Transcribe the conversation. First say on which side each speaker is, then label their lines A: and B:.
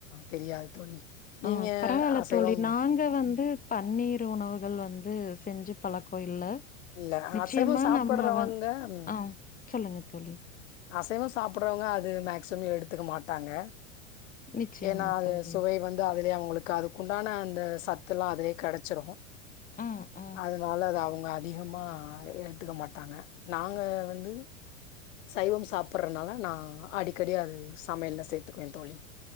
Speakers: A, on the left (about 65°); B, on the left (about 20°).
A: தெரியாது தோழி நீங்க
B: ஆ பரவால்ல
A: அசைவம்
B: தோழி நாங்க வந்து
A: ம்,
B: பன்னீர் உணவுகள் வந்து செஞ்சு பழக்கோ இல்ல
A: இல்ல
B: நிச்சயமா
A: அசைவம் சாப்பிடுறவங்க
B: நம்ம வ
A: ம்
B: ஆ சொல்லுங்க தோழி
A: அசைவம் சாப்பிடுறவங்க அது மக்சிமம் எடுத்துக்க மாட்டாங்க
B: நிச்சயமா
A: ஏன்னா அது
B: தோழி.
A: சுவை வந் தா அதுலயே அவங்களுக்கு அதுக்குண்டான அந்த சத்துல்லா அதுலயே கடச்சிரு
B: ம், ம்.
A: அதனால அது அவங்க அதிகமாக எடுத்துக்க மாட்டாங்க நாங்க வந்து சைவம் சாப்பிடறனால நா அடிக்கடி அது சமையல்ல சேத்துக்குவ தோழி